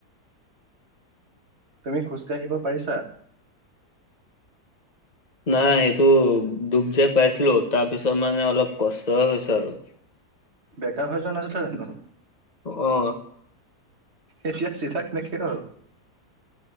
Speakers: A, on the right (about 40°); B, on the left (about 25°).
A: তুমি খোজকাঢ়িব পাৰিছা?
B: নাই সেইটো, দুখ যে পাইছিলো, তাৰ পিছত মানে অলপ কষ্টয়ে হৈছে আৰু।
A: বেকা হৈ যোৱা নাছিলে জানো?
B: অ'।
A: এতিয়া চিধা কেনেকে হ'ল?